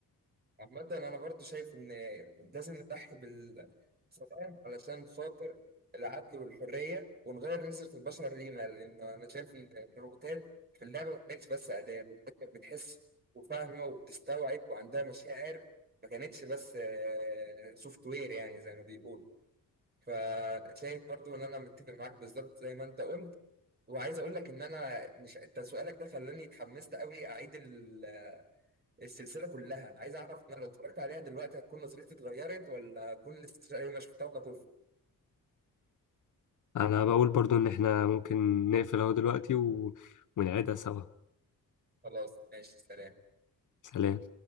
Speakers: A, on the right (about 25°); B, on the left (about 55°).
A: عامة أنا برضو شايف إن لازم نضحي بالسلام علشان خاطر العدل والحرية ونغير نظرة البشر لينا لأن أنا شايف إن الروبوتات في اللعبة ما كانتش بس أداة الروبوتات كانت بتحس وفاهمة وبتستوعب وعندها مشاعر ما كانتش بس سوفت وير يعني زي ما بيقولوا فشايف برضو إن أنا متفق معاك بالظبط زي ما أنت قلت وعايز أقول لك إن أنا مش أنت سؤالك ده خلاني اتحمست أوي أعيد ال... السلسله كلها عايز اعرف انا لو اتفرجت عليها دلوقتي هتكون نظرتي اتغيرت ولا اكون لسه شايف ما شفتها وانا طفل
B: انا بقول برضو ان احنا ممكن نقفل اهو دلوقتي و... ونعيدها سوا
A: خلاص ماشي سلام
B: سلام